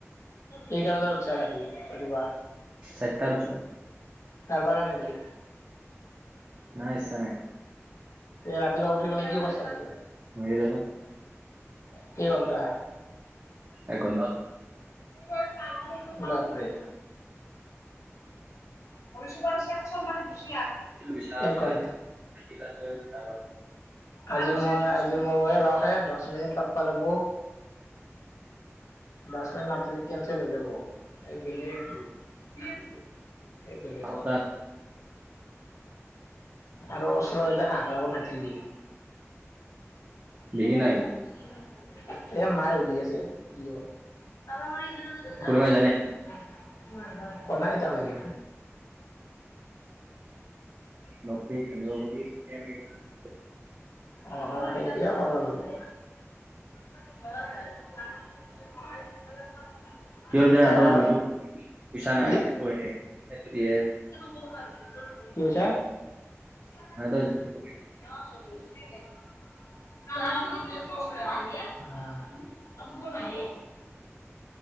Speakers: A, on the left; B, on the right.
A: কেইটা বাজাত উৎচা ৰাতি ৰাতিপুৱা।
B: চাইতাত উৎচু।
A: তাৰবা কিয় নেদিলে।
B: নাই ইচ্ছা নাই।
A: তে ৰাতিপুৱা উঠি পেলাই কি কৰ্‌ছা তে তই।
B: <unintelligible>
A: <inaudible> কেই ঘন্টা।
B: একঘন্টাত।
A: <unintelligible> বাপৰে। <unintelligible>
B: <unintelligible>
A: এক ঘণ্টা আজি মই আজি মই ৰখহে দহ মিনিট পাত্‌ব লাগ্‌বো। দচ মিনিট নাপাতিলে কেনচেল হৈ যাব এই বেলেগ। <inaudible> এই বেলেগ
B: তাৰপৰা
A: অ'। আৰো ওচৰত এতে হাহাকাৰ কৰি নাথাকিবি। <inaudible>
B: দেখি নাই
A: এ মায়ে সুধি আছে, কি হল। <unintelligible>
B: খুৰী মাই জানে
A: <inaudible> কোৱা নাই ইটাক লগি।
B: <unintelligible>
A: অ'-অ' সেন্ধিয়ে কৰ্‌বা লাগ্‌বো। <unintelligible>
B: কিয় <unintelligible>
A: এতিয়া
B: যোনটোত ইচ্ছা
A: কি
B: নাই সেইটো সেইটো দিয়ে।
A: <inaudible> কি কৈছা। <inaudible>
B: মানে ত‌ই। <inaudible>
A: <inaudible> <unintelligible>